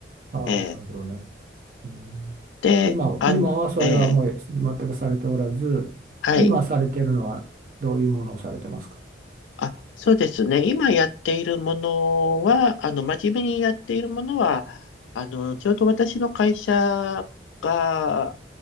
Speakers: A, on the right; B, on the left.
A: ああ、
B: ええ
A: なるほどね。うん
B: で、
A: 今は、
B: あん、
A: 今はそれはもう全くされておらず、
B: ええはい。
A: 今されてるのはどういうものをされてますか
B: あ、そうですね。今やっているものは、あの、真面目にやっているものは、あの、ちょうど私の会社が